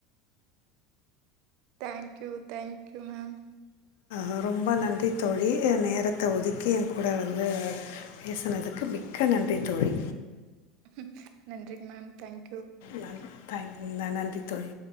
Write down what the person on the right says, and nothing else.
தேங்க்யூ தேங்க்யூ மேம்
ம் நன்றிங் மேம் தேங்